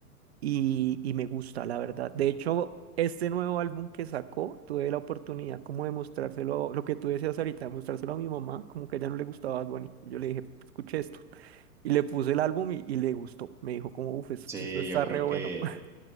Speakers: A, on the right (about 45°); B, in the centre.
A: y, y me gusta, la verdad. De hecho, este nuevo álbum que sacó, tuve la oportunidad como de mostrárselo, lo que tú decías ahorita, de mostrárselo a mi mamá, como que a ella no le gustaba Bad Bunny. Y yo le dije, escuché esto. Y le puse el álbum y, y le gustó. Me dijo como, uff, esto
B: sí,
A: está
B: yo creo
A: re bueno.
B: que
A: <laughs>